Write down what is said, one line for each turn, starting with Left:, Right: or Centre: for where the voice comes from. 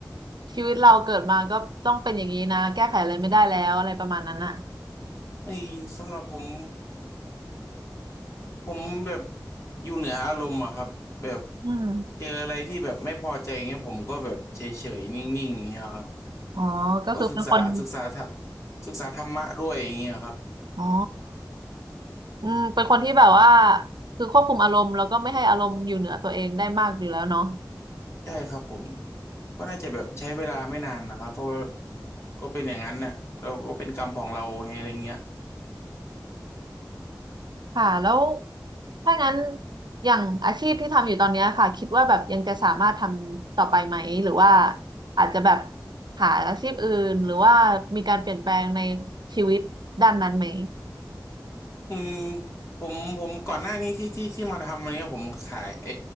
Right: ชีวิตเราเกิดมาก็ต้องเป็นอย่างนี้นะแก้ไขอะไรไม่ได้แล้วอะไรประมาณนั้นอ่ะ
Left: ไอ้สำหรับผมผมแบบอยู่เหนืออารมณ์อะครับแบบ
Right: อืม
Left: เจออะไรที่แบบไม่พอใจอย่างเงี้ยผมก็แบบเฉยๆนิ่งๆอย่างเงี้ยครับ
Right: อ๋อก็คือเป็นคน
Left: ก็ศึกษาศึกษาธรรมศึกษาธรรมะด้วยอย่างเงี้ยครับ
Right: อ๋ออืมเป็นคนที่แบบว่าคือควบคุมอารมณ์แล้วก็ไม่ให้อารมณ์อยู่เหนือตัวเองได้มากอยู่แล้วเนาะ
Left: ใช่ครับผมก็น่าจะแบบใช้เวลาไม่นานนะครับเพราะว่าก็เป็นอย่างนั้นเนี่ยเราก็เป็นกรรมของเราไงอะไรเงี้ย
Right: ค่ะแล้วถ้างั้นอย่างอาชีพที่ทำอยู่ตอนเนี้ยค่ะคิดว่าแบบยังจะสามารถทำต่อไปไหมหรือว่าอาจจะแบบหาอาชีพอื่นหรือว่ามีการเปลี่ยนแปลงในชีวิตด้านนั้นไหม
Left: อืมผมผมก่อนหน้านี้ที่ที่ที่มาทำวันนี้ผมขายไอ